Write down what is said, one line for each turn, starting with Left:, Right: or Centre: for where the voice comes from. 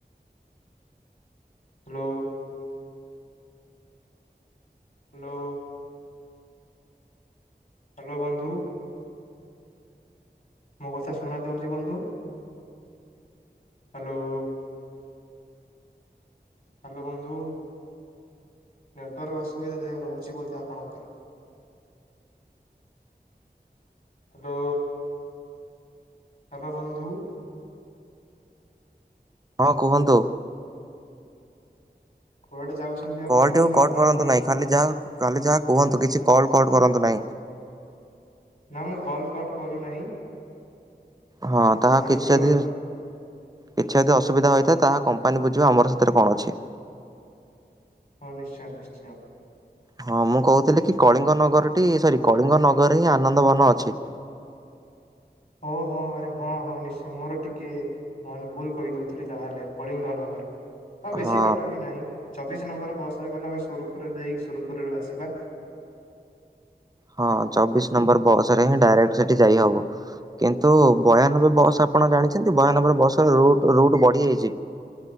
Left: ହ୍ୟାଲୋ। ହ୍ୟାଲୋ ହ୍ୟାଲୋ ବନ୍ଧୁ। ମୋ କଥା ଶୁଣ ଯାଉଛି ବନ୍ଧୁ ହ୍ୟାଲୋ <inaudible> ହ୍ୟାଲୋ ବନ୍ଧୁ ନେଟୱାର୍କ ଅସୁବିଧା ଦେହ ରହୁଛି ବୋଧେ ଆପଣଙ୍କର ହ୍ୟାଲୋ। ହ୍ୟାଲୋ ବନ୍ଧୁ।
Right: ହଁ କୁହନ୍ତୁ?
Left: କୁଆଡେ ଯାଉଛନ୍ତି ଆପଣ
Right: କଲ
Left: ବନ୍ଧୁ
Right: ଟକୁ କଟ
Left: ଆପଣଙ୍କର
Right: କରନ୍ତୁ ନାହିଁ ଖାଲି ଯାହା ଖାଲି ଯାହା କୁହନ୍ତୁ? କଲ୍ କଡ଼୍ କରନ୍ତୁ ନାହିଁ।
Left: ନା ମୁଁ କଲ କଟ କରୁନାହିଁ।
Right: ହଁ ତାହା
Left: ଆପଣଙ୍କର
Right: କିଛି ଯଦି କିଛି ଯଦି ଅସୁବିଧା ତାହା କପାନୀ ବୁଜୀବ ଆମଥିରେ କଣ ଅଛି।
Left: ହଁ ନିଶ୍ଚୟ ନିଶ୍ଚୟ।
Right: ହଁ ମୁଁ କହୁଥିଲି କି କଳିଙ୍ଗ ନଗରଟି ସରି କଳିଙ୍ଗ ନଗର ହିଁ ଆନନ୍ଦ ବନ ଅଛି।
Left: ହଉ ହଉ ଆରେ ହଁ ହଁ ନିଶ୍ଚୟ ମୋର ଟିକେ ମେ ଭୁଲ କହିଦଉଥିଲି ତାହେଲେ। କଳିଙ୍ଗ ନଗର ହଉ ବେଶୀ
Right: ହଁ
Left: ବାଟ ବି ନାହିଁ। ଚବିଶ ନମ୍ବର ବସ ରେ ଗଲେ ଆମେ ସୁରୁଖୁରୁରେ ଯାଇକି ସୁରୁଖୁରୁରେ ଆସିବା।
Right: ହଁ ଚବିଶ ନମ୍ବର ବସ ରେ ହିଁ ଡାଇରେକ୍ଟ ସେଠି ଯାଇହବ। କିନ୍ତୁ ବୟାନବେ ବସ୍ ଆପଣ ଜାଣିଛନ୍ତି ବୟାନବେର ବସରେ ରୁଟ ବଢି ଯାଇଛି।